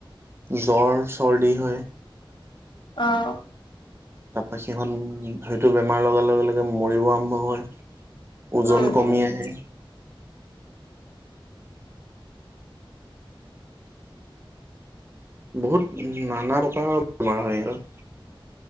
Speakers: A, on the right; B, on the left.
A: জ্বৰ, চৰ্দি হয়।
B: অ',
A: তাৰপা সিহন সেইটো বেমাৰ লগাৰ লগে লগে মৰিব আৰম্ভ হয়। ওজন
B: উম
A: কমি
B: উম
A: আহে। বহুত নানা প্ৰকাৰৰ বেমাৰ হয় <unintelligible>